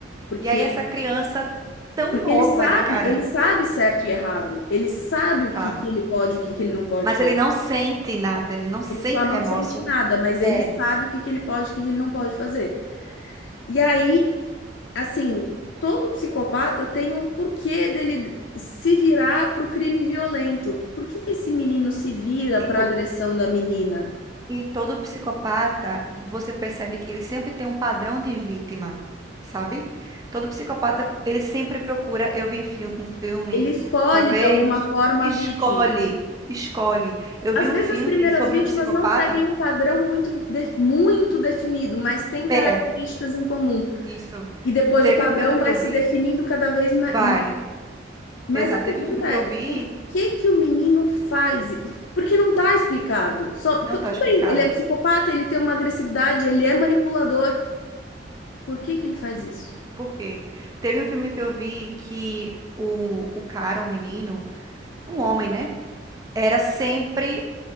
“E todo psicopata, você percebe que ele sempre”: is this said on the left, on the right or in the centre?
Right